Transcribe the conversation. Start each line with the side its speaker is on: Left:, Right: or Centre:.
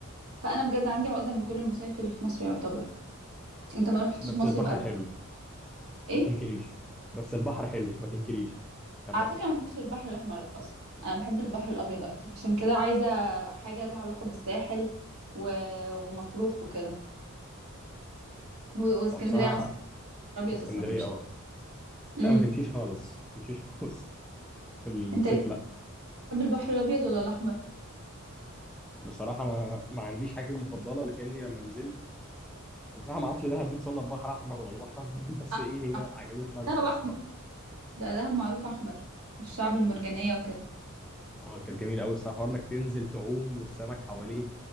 Right: فانا بجد عندي عقدة من كل المصايف اللي في مصر يعتبر انت ما رحتش
Centre: بس
Right: مصيف
Centre: البحر
Right: قبل
Centre: حلو
Right: ايه
Centre: ما تنكريش بس البحر حلو ما تنكريش غردقة
Right: على فكرة ما بحبش البحر الأحمر أصلا أنا بحب البحر الأبيض أكتر عشان كده عايزة حاجة ليها علاقة بالساحل و... ومطروح وكده و... واسكندرية
Centre: هو بصراحة
Right: مثلا أبيض
Centre: اسكندرية
Right: بس ما تمشي
Centre: اه
Right: امم
Centre: لا ما تمشيش خالص ما تمشيش <laughs> خالص في الصيف
Right: أنت ليه
Centre: لا
Right: بتحب البحر الأبيض ولا الأحمر؟
Centre: بصراحة أنا ما عنديش حاجة فيهم مفضلة لكني لما نزلت بصراحة ما أعرفش ده هديت صنف بحر أحمر ولا بحر أخضر <laughs> بس
Right: آه،
Centre: إيه هي عجبتنا أكتر
Right: دهب
Centre: الصراحة
Right: أحمر ده دهب معروف أحمر والشعب المرجانية وكده
Centre: اه كانت جميلة أوي الصراحة حوار إنك تنزل تعوم والسمك حواليك